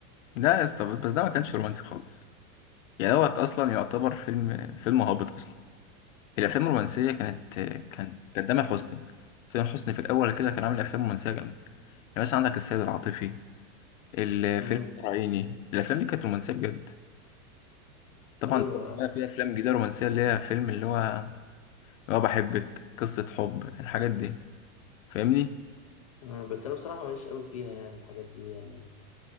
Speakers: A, on the left; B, on the left.
A: لا يا اسطى بس ده ما كانش رومانسي خالص يعني دوت اصلا يعتبر فيلم فيلم هابط اصلا الافلام الرومانسيه كانت كان كان تامر حسني تامر حسني في الاول كده كان عامل افلام رومانسيه جامده يعني مثلا عندك السيد العاطفي الفيلم
B: امم
A: العيني الافلام دي كانت رومانسيه بجد طبعا
B: ايوه
A: بقى في افلام جديده رومانسيه اللي هي فيلم اللي هو اللي هو بحبك قصه حب الحاجات دي فاهمني
B: مم. بس انا بصراحه ماليش قوي فيها يعني الحاجات دي يعني